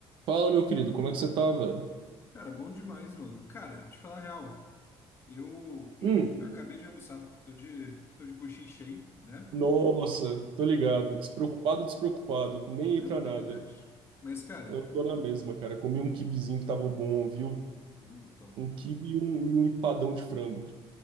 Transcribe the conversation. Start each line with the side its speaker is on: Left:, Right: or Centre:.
Right: Fala, meu querido, como é que você tá, velho?
Left: Cara, bom demais, mano. Cara, te falar a real, eu
Right: Hum,
Left: <clears throat> acabei de almoçar, tô de, tô de buchinho cheio, né?
Right: Nossa, tô ligado. Despreocupado, despreocupado. Nem
Left: Tranquilidade.
Right: aí pra nada.
Left: Mas, cara,
Right: Eu tô na mesma, cara. Comi um kibizinho que tava bom, viu?
Left: uh, top.
Right: Um quibe e um, e um empadão de frango.